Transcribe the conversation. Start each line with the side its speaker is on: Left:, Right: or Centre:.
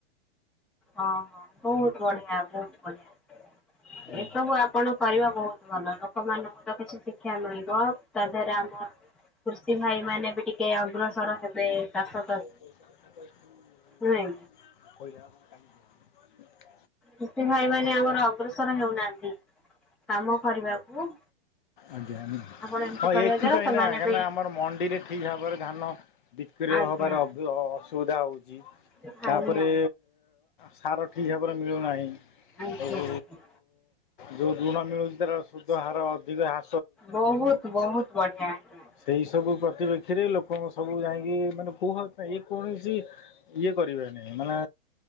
Centre: ହଁ ହଁ ବହୁତ ବଢିଆ ବହୁତ ବଢିଆ
Left: ଆଜ୍ଞା।
Centre: ଏସବୁ ଆପଣ କରିବା ବହୁତ ଭଲ ଲୋକମାନଙ୍କୁ ତ କିଛି ଶିକ୍ଷା ମିଳିବ ତା ଦେହରେ ଆମ କୃଷି ଭାଇ ମାନେ ବି ଟିକେ ଅଗ୍ରସର ହେ ବେ ଚାଷ
Left: <unintelligible>
Centre: ନୁଁହେ।
Left: କହିଲା। <unintelligible>
Centre: କୃଷି ଭାଇ ମାନେ ଆମର ଅଗ୍ରସର ହେଉନାହାଁନ୍ତି କାମ କରିବାକୁ।
Left: ଆଜ୍ଞା,
Centre: ଆପଣ ଏମିତି
Left: ହଁ
Centre: କରିବା
Left: ଏଥିପାଇଁ
Centre: ଦ୍ଵାରା ସେମାନେ
Left: ନା କାହିଁକିନା
Centre: ବି
Left: ଆମର ମଣ୍ଡିରେ ଠିକ୍ ଭାବରେ ଧାନ ବିକ୍ରୟ
Centre: ଆଜ୍ଞା
Left: ହବାର ଅସୁବିଧା ହୋଉଛି
Centre: ଆଜ୍ଞା
Left: ତାପରେ
Centre: ଆଜ୍ଞା
Left: ସାର ଠିକ୍ ଭାବରେ ମିଳୁନାହିଁ
Centre: ଆଜ୍ଞା।
Left: ଆଉ ଯୋଉ ଋଣ ମିଳୁଛି ତାର ସୁଧ ହାର ଅଧିକ ହା
Centre: ବହୁତ୍ ବହୁତ୍ ବଢିଆ। ଆଜ୍ଞା।
Left: ସେଇ ସବୁ ପତିପ୍ରେକ୍ଷୀରେ ଲୋକଙ୍କ ସବୁ ଯାଇଁକି ମାନେ କୋଉ ହକ୍ ପାଇଁ ଯେ କୌଣସି ଇଏ କରିବେନି ମାନେ